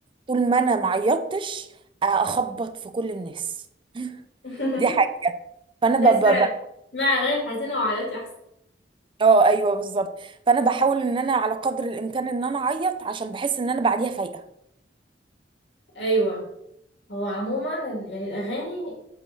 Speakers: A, on the right; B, on the left.
A: طول ما انا ما عيطتش اخبط في كل الناس
B: <laughs>
A: دي حاجه فانا
B: لا
A: ب...
B: اسمعي
A: ب... ب...
B: اسمعي اغاني حزينه وعيطي احسن
A: اه ايوه بالظبط فانا بحاول ان انا على قدر الامكان ان انا اعيط عشان بحس ان انا بعديها فايقه
B: ايوه هو عموما ال- يعني الاغاني